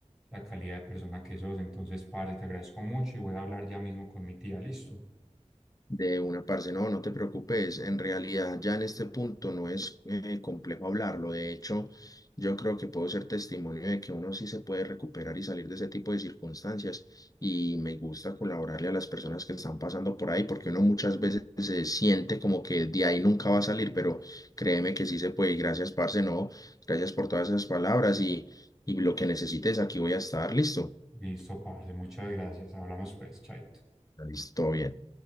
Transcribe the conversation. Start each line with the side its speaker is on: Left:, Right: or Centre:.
Centre: la calidad de persona que sos. Entonces, parce, te agradezco mucho y voy a hablar ya mismo con mi tía. Listo.
Left: De una parte, no, no te preocupes. En realidad, ya en este punto no es eh, complejo hablarlo. De hecho, yo creo que puedo ser testimonio de que uno sí se puede recuperar y salir de ese tipo de circunstancias. Y me gusta colaborarle a las personas que están pasando por ahí, porque uno muchas veces se siente como que de ahí nunca va a salir, pero créeme que sí se puede. Y gracias, parce, no. Gracias por todas esas palabras y, y lo que necesites, aquí voy a estar. Listo.
Centre: Listo, parce, muchas gracias. Hablamos, pues, chaito.
Left: Listo, bien.